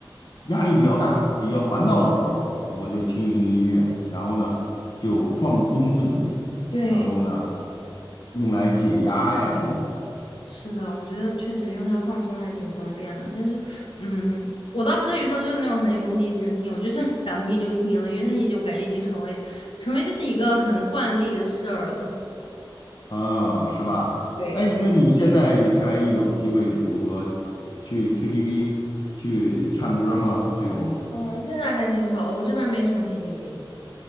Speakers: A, on the left (about 55°); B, on the left (about 75°).
A: 压力比较大、比较烦躁的时候，我就听一听音乐，然后呢就放空自己，
B: 对，
A: 然后呢用来解压呀这种。
B: 是的，我觉得确实用它放松还挺方便的。但是，嗯，我倒不至于说就是那种很有目的性的听，我就是 <laughs> 想听就听了，因为它已经我感觉已经成为成为就是一个很惯例的事儿了。
A: 啊，是吧？
B: 对。
A: 哎，那你现在还有机会，比如说去 KTV 去唱歌吗？这种
B: 嗯，现在还挺少的，我这边没什么 KTV，